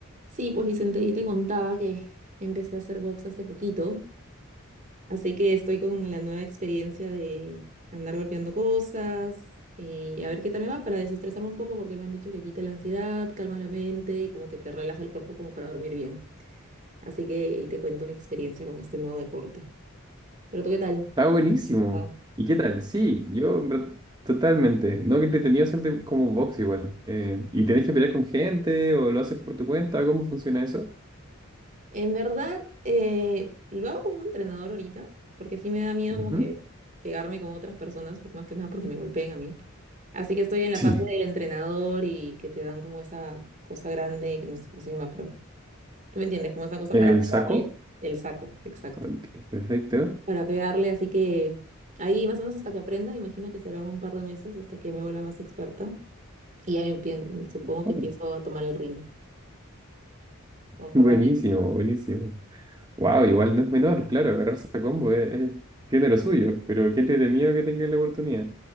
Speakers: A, on the right; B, on the right.
A: Sí, pues Vicente, y te contaba que empecé a hacer box hace poquito, así que estoy con la nueva experiencia de andar golpeando cosas y a ver qué tal me va para desestresarme un poco porque me han dicho que quita la ansiedad, calma la mente y como que te relaja el cuerpo como para dormir bien. Así que ahí te cuento mi experiencia con este nuevo deporte. Pero tú, ¿qué tal?
B: Está buenísimo.
A: Ah.
B: ¿Y qué tal? Sí, yo en verdad, totalmente. No, que entretenido hacerte como box igual. Eh, ¿y tenés que pelear con gente o lo haces por tu cuenta? ¿Cómo funciona eso?
A: En verdad, eh, lo hago como un entrenador ahorita, porque sí me da miedo
B: Ujú.
A: como que pegarme con otras personas, por más que nada porque me golpeen a mí. Así que estoy en la
B: Sí.
A: fase del entrenador y que te dan como esa cosa grande, que no sé cómo se llama, pero tú me entiendes, como esa cosa
B: ¿El
A: para pegarle
B: saco?
A: el saco, exacto.
B: Ok, perfecto.
A: Para pegarle, así que ahí más o menos hasta que aprenda, imagino que serán un par de meses hasta que me vuelva más experta. Y ya me empie- supongo
B: Oh,
A: que empiezo a tomar el ring conforme
B: Buenísimo,
A: vaya avanzando.
B: buenísimo. Wow, igual no es menor, claro, agarrarse a combo eh, eh, tiene lo suyo, pero qué entretenido que tengas la oportunidad.